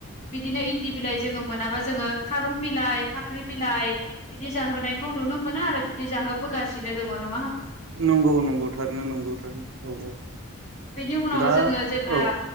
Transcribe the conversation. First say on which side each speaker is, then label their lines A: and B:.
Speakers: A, on the left; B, on the right.
A: बिदिनो। इन्दि बिलाइ जोङो मोनाबा जोङो खारं बिलाइ फाख्रि बिलाइ। बिदि जाहोनायखौ नुनो मोनो आरो बिदि जाहोबोगासिनो दङ न
B: नंगौ नंगौ थारैनो नंगौ थारनो औ औ।
A: बिनि उनाव
B: दा
A: जोङो जेब्ला।
B: औ